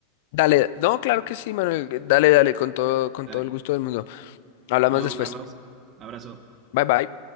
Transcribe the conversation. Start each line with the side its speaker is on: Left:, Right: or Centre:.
Left: Dale, no, claro que sí, Manuel, dale, dale, con todo, con
Right: Dale.
Left: todo el gusto del mundo. Hablamos
Right: Nos vemos,
Left: después.
Right: Carlos. Abrazo.
Left: Bye bye.